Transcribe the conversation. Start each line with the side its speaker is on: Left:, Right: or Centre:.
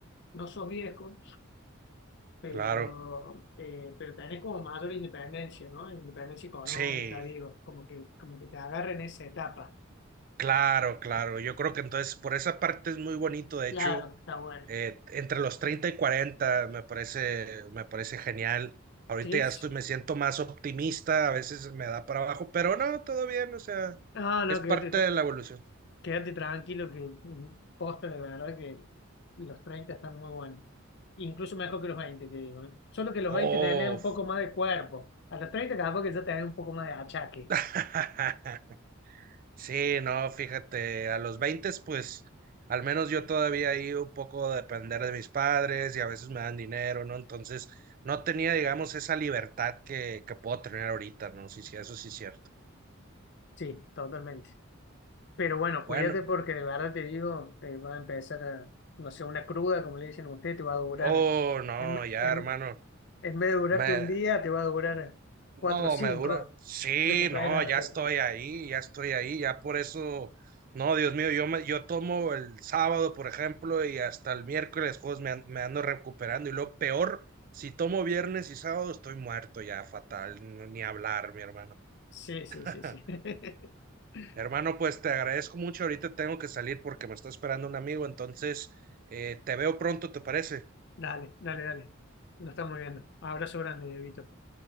Left: no sos viejo, pero,
Right: Claro,
Left: eh, pero tenés como mayor independencia, ¿no? Independencia económica,
Right: sí,
Left: digo, como que, como que te agarren esa etapa.
Right: claro, claro. Yo creo que entonces por esa parte es muy bonito, de
Left: Claro,
Right: hecho,
Left: está bueno.
Right: eh, entre los 30 y 40 me parece, me parece genial. Ahorita
Left: Sí.
Right: ya estoy, me siento más optimista, a veces me da para abajo, pero no, todo bien, o sea,
Left: Ah, no,
Right: es
Left: que
Right: parte de la evolución.
Left: Quédate tranquilo que mm, posta de verdad que los 30 están muy buenos. Incluso mejor que los 20 te digo. ¿eh? Solo que los
Right: Oh,
Left: 20 tenés un poco más de cuerpo. A los 30 capaz que ya tenés un poco más de achaque.
Right: <laughs> Sí, no, fíjate, a los 20, pues al menos yo todavía ahí un poco depender de mis padres y a veces me dan dinero, ¿no? Entonces no tenía, digamos, esa libertad que, que puedo tener ahorita, ¿no? Sí, sí, eso sí es cierto.
Left: Sí, totalmente. Pero bueno, cuídate
Right: Bueno,
Left: porque de verdad te digo, eh, va a empezar a, no sé, una cruda, como le dicen a usted, te va a durar.
Right: oh, no,
Left: En,
Right: ya,
Left: en-
Right: hermano,
Left: en vez de durarte
Right: me,
Left: un día, te va a durar
Right: No,
Left: cuatro o 5.
Right: me dura. Sí,
Left: Recuperarte.
Right: no, ya estoy ahí, ya estoy ahí, ya por eso. No, Dios mío, yo me, yo tomo el sábado, por ejemplo, y hasta el miércoles, juegos me, an- me ando recuperando. Y lo peor, si tomo viernes y sábado, estoy muerto ya, fatal, n- ni hablar, mi hermano.
Left: Sí, sí,
Right: <laughs>
Left: sí, sí. sí. <laughs>
Right: Hermano, pues te agradezco mucho. Ahorita tengo que salir porque me está esperando un amigo, entonces eh, te veo pronto, ¿te parece?
Left: Dale, dale, dale. Nos estamos viendo. Abrazo grande, Vito.